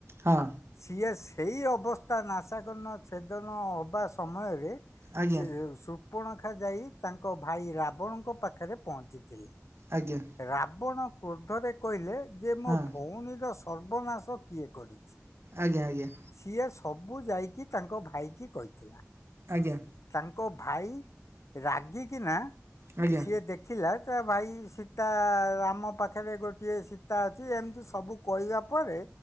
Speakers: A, on the right; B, on the left.
A: ହଁ।
B: ସିଏ ସେଇ ଅବସ୍ଥା ନାସାକର୍ଣ୍ଣ ଚ୍ଛେଦନ ହବା ସମୟରେ
A: ଆଜ୍ଞା
B: ସେ ଶୃପଣଖା ଯାଇ ତାଙ୍କ ଭାଇ ରାବଣଙ୍କ ପାଖରେ ପହଞ୍ଚିଥିଲେ।
A: ଆଜ୍ଞା।
B: ରାବଣ କ୍ରୋଧରେ କହିଲେ ଯେ ମୋ
A: ହଁ
B: ଭୋଉଣୀର ସର୍ବନାଶ କିଏ କରିଚି?
A: ଆଜ୍ଞା ଆଜ୍ଞା।
B: ସିଏ ସବୁ ଯାଇକି ତାଙ୍କ ଭାଇକି କହିଥିଲା।
A: ଆଜ୍ଞା।
B: ତାଙ୍କ ଭାଇ ରାଗିକିନା
A: ଆଜ୍ଞା
B: ସିଏ
A: ଆଜ୍ଞା
B: ଦେଖ ଦେଖିଲା ଯେ ଭାଇ ସୀତା ଆମ ପାଖରେ ଗୋଟିଏ ସୀତା ଅଛି ଏମିତି ସବୁ କହିବା ପରେ